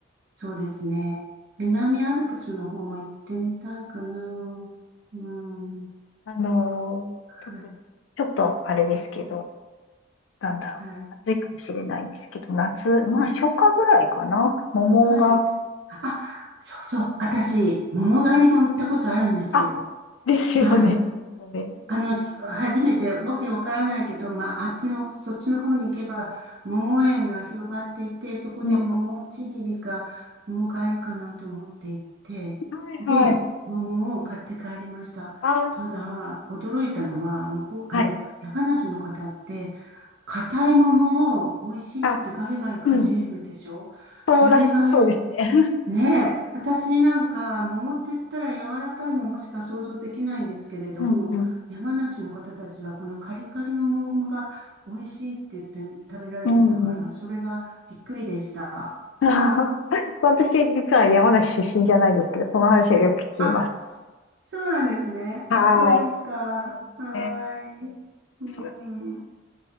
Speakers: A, on the right (about 60°); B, on the left (about 85°).
A: そうですね。南アルプスの方も行ってみたいかな。うん。
B: あの、特に、
A: はい。
B: ちょっとあれですけど、なんだろう、
A: はい。
B: 暑いかもしれないんですけど、夏、まあ、初夏ぐらいかな、桃が
A: はい。あ、そうそう。
B: たくさん。
A: 私、桃狩りも行ったことあるんですよ。
B: あ、ですよね、
A: はい。
B: きっとね。
A: あの、し初めて、わけわからないけど、まあ、あっちの、そっちの方に行けば、桃園が広がっていて、そこで桃ちぎりか、
B: うん、は
A: 桃買えるかなと思って行って、
B: いはい。
A: で、桃を買って帰りました。
B: ああ、
A: ただ、驚いたのは、向こう、
B: はい。
A: あの、山梨の方って、硬い桃を美味しいって言ってガリガリかじるでしょそれが
B: あ、うん、そうらしい、そうですね。
A: ねえ、私なんか、桃って言ったら柔らかい桃しか想像できないんですけれども、
B: うんうん。
A: 山梨の方たちはこのカリカリの桃が美味しいって言って食べられてたから、
B: うんうん。
A: それがびっくりでした。
B: <laughs> 私、実は山梨出身じゃないんですけど、その話はよく聞きます。
A: あ、そそうなんですね。
B: はいねねうん
A: あ、そうですか。はーい。うん。
B: そうです